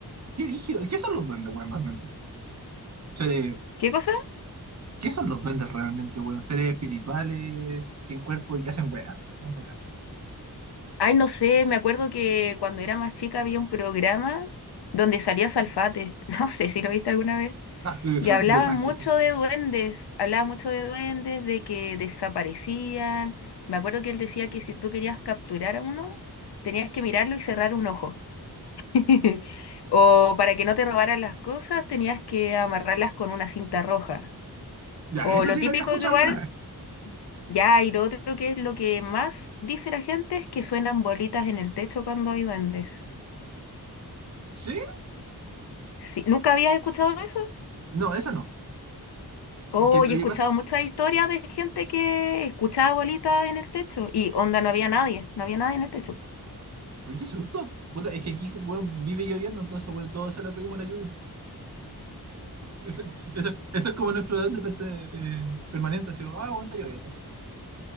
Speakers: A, on the right; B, on the left.
A: ¿Qué brígido? ¿Qué son los duendes, weón, realmente? Seres-
B: ¿Qué cosa?
A: ¿Qué son los duendes realmente, weón? ¿Seres espirituales, sin cuerpo y que hacen weá? No, no cacho.
B: Ay, no sé, me acuerdo que cuando era más chica había un programa donde salía Salfate, <laughs> no sé si lo viste alguna vez,
A: <laughs>
B: y hablaban
A: De más
B: mucho
A: que sí.
B: de duendes, hablaban mucho de duendes, de que desaparecían. Me acuerdo que él decía que si tú querías capturar a uno, tenías que mirarlo y cerrar un ojo. <laughs> O para que no te robaran las cosas, tenías que amarrarlas con una cinta roja.
A: Ya,
B: O
A: eso
B: lo
A: sí
B: típico
A: lo había escuchado
B: que igual,
A: alguna vez.
B: ya, y lo otro que es lo que más dice la gente es que suenan bolitas en el techo cuando hay duendes.
A: Sí,
B: Sí, ¿Nunca habías escuchado eso?
A: No, esa no.
B: Oh,
A: Que lo
B: yo he
A: que
B: escuchado
A: pasa.
B: muchas historias de gente que escuchaba bolitas en el techo y onda, no había nadie, no había nadie en el techo. po.
A: Oye, qué susto. Puta, es que aquí, weón, vive lloviendo, entonces, bueno, todo se lo atribuimos a la lluvia. Eso, eso, eso es como nuestro edad de perte- eh, permanente, así, ah, weón, está lloviendo.